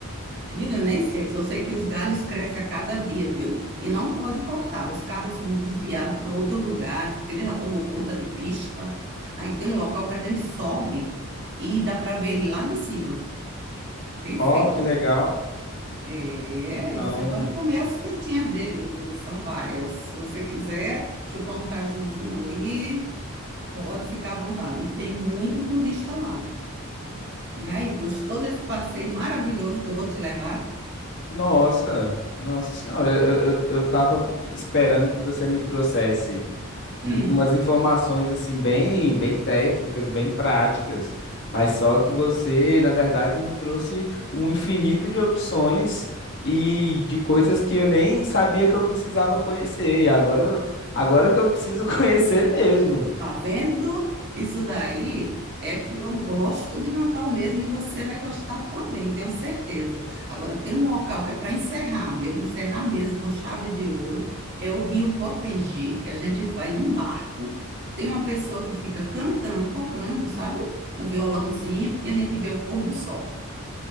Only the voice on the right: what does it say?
Menina, eu nem sei, só sei que os galhos crescem a cada dia, viu? E não pode cortar. Os carros são desviados para outros lugares, porque ele já tomou conta de pista. Aí tem um local que a gente sobe e dá para ver ele lá de cima.
Perfeito.
É,
e você pode comer as frutinhas dele, viu? Que são várias. Se você quiser chupar um cajuzinho ali, pode ficar à vontade. E tem muito turista lá. E aí, gostou desse passeio maravilhoso que eu vou te levar?
Hum.
Tá vendo? Isso daí é que eu gosto de Natal mesmo e você vai gostar também, tenho certeza. Agora, tem um local que é para encerrar, viu? Encerrar mesmo com chave de ouro. É o Rio Potengi, que a gente vai num barco. Tem uma pessoa que fica cantando, tocando, sabe? Um violãozinho e a gente vê o pôr do sol.